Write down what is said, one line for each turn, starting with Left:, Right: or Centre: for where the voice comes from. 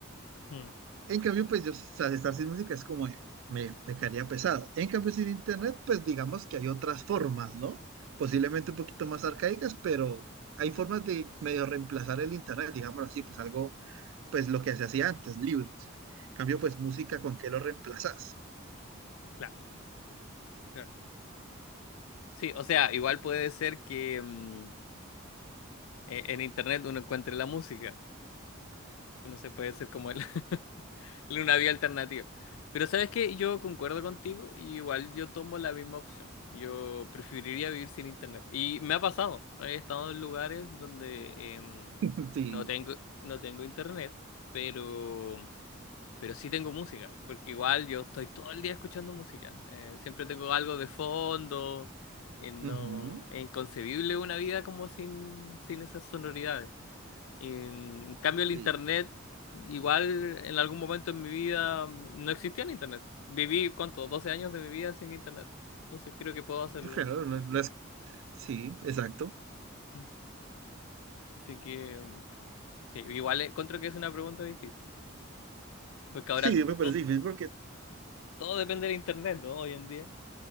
Left: Mm.
Right: En cambio, pues yo o sea, estar sin música es como eh, me pecaría pesado. En cambio, sin internet, pues digamos que hay otras formas, ¿no? Posiblemente un poquito más arcaicas, pero hay formas de medio reemplazar el internet, digámoslo así, pues algo, pues lo que se hacía antes, libros. En cambio, pues música, ¿con qué lo reemplazas?
Left: Claro, claro. Sí, o sea, igual puede ser que mm, e- en internet uno encuentre la música. No sé, puede ser como él. <laughs> Una vía alternativa. Pero sabes que yo concuerdo contigo y igual yo tomo la misma opción. Yo preferiría vivir sin internet. Y me ha pasado. He estado en lugares donde em,
Right: <laughs> Sí,
Left: no tengo, no tengo internet, pero, pero sí tengo música. Porque igual yo estoy todo el día escuchando música. Eh, siempre tengo algo de fondo. Eh, no,
Right: ujú,
Left: es inconcebible una vida como sin, sin esas sonoridades. En cambio, el internet,
Right: sí,
Left: igual en algún momento en mi vida no existía el internet. Viví, ¿cuánto? doce años de mi vida sin internet. Entonces creo que puedo hacerlo.
Right: claro, no- no es- sí, exacto.
Left: Mm. Así que, mm, sí, igual encuentro que es una pregunta difícil. Porque ahora
Right: Sí, me parece
Left: todo,
Right: difícil porque
Left: todo depende del internet, ¿no? Hoy en día.